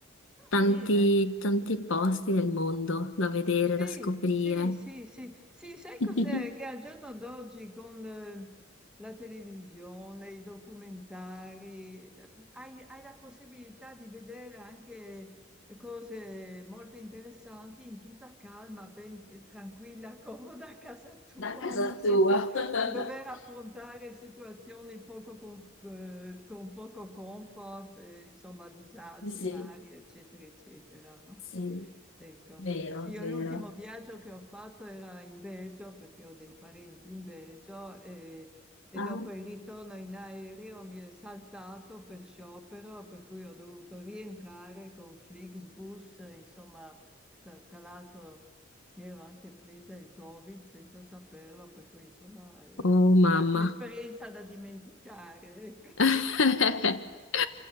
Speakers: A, in the centre; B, on the left.
A: Va
B: Tanti,
A: bene,
B: tanti posti nel mondo da vedere,
A: Sì,
B: da scoprire.
A: sì, sì, sì, sì, sai
B: <laughs>
A: cos'è? Che al giorno d'oggi con eh, la televisione, i documentari, eh, hai, hai la possibilità di vedere anche cose molto interessanti in tutta calma, ben eh, tranquilla, <laughs> comoda a casa tua,
B: Da casa
A: no? Senza
B: tua.
A: dover
B: <laughs>
A: affrontare situazioni poco conf- eh, con poco comfort, eh, insomma, disagi
B: Sì,
A: vari, eccetera, eccetera, no?
B: sì,
A: Ecco.
B: vero,
A: Sì, io
B: vero.
A: l'ultimo viaggio che ho fatto era in Belgio perché ho dei parenti in Belgio e, e
B: ah.
A: dopo il ritorno in aereo mi è saltato per sciopero, per cui ho dovuto rientrare con Flixbus, insomma, tra, tra l'altro mi ero anche presa il Covid senza saperlo, per cui insomma eh,
B: Oh
A: è
B: mamma,
A: una- un'esperienza da dimenticare. Ecco.
B: <laughs>